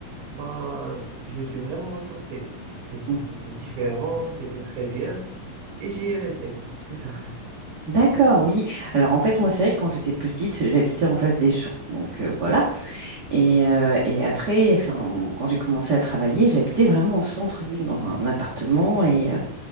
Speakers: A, on the right (about 65°); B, on the right (about 45°).
A: ben je me suis vraiment ressourcé. C'est- c'est-
B: Mm.
A: C'était différent, c'était très bien et j'y ai resté. C'est ça.
B: D'accord, oui. Alors en fait, moi, c'est vrai que quand j'étais petite, j'habitais en face des champs. Donc euh, voilà. Et, euh, et après, enfin, quand j'ai commencé à travailler, j'habitais vraiment au centre-ville, dans un appartement. Et, euh,